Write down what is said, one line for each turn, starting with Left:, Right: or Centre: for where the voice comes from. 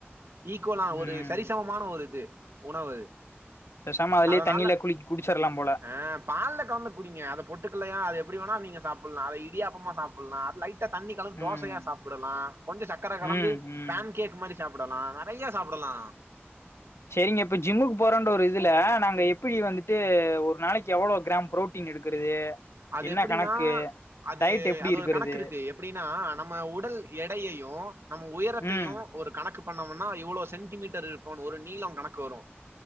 Right: ஈக்குவலா ஒரு
Left: ம்
Right: சரிசமமான ஒரு இது உணவு
Left: பேசாம அதுலே
Right: அதனால
Left: தண்ணியில குழிக் குடிச்சிர்லா போல
Right: அ பால்ல கலந்து குடிங்க அத பொட்டுக்கல்லயா அது எப்டி வேணா நீங்க சாப்புட்லா அத இடியாப்பமா சாப்புல்லா லைட் டா தண்ணி கலந்து
Left: ம்
Right: தோசையா சாப்புடலா கொஞ்ச சக்கர கலந்து
Left: ம் ம்
Right: பேன் கேக் மாரி சாப்படலா நறைய சாப்புடலா
Left: செரிங்க இப்ப ஜிம்முக்கு போறன்ற ஒரு இதுல நாங்க எப்புடி வந்துட்டு ஒரு நாளைக்கி எவ்ளோ கிராம் ப்ரோ ட்டீன் எடுக்கறது
Right: அது
Left: என்ன
Right: எப்டினா
Left: கணக்கு
Right: அது
Left: டயட் எப்டி
Right: அது
Left: இருக்கறது
Right: ஒரு கணக்கு இருக்கு எப்டினா நம்ம உடல் எடையயும் நம்ம உயரத்தையும்
Left: ம்
Right: ஒரு கணக்கு பண்ணோம்னா இவ்ளோ சென்டிமீட்டர் இருப்போம்னு ஒரு நீளம் கணக்கு வரும்